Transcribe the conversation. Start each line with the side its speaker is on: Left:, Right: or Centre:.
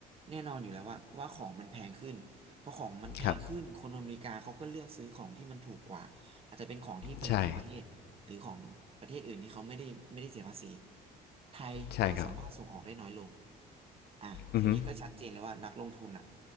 Right: แน่นอนอยู่แล้วว่าว่าของมันแพงขึ้นพอของมันแพงขึ้นคนอเมริกาเขาก็เลือกซื้อของที่มันถูกกว่าอาจจะเป็นของที่ผลิตในประเทศหรือของประเทศอื่นที่เขาไม่ได้ไม่ได้เสียภาษี
Left: ครับใช่
Right: ไทยก็สามารถส่งออกได้น้อยลง
Left: ใช่ครับ
Right: อ่ะทีนี้ก็ชัดเจนแล้วว่านักลงทุนอ่ะ
Left: อือฮึ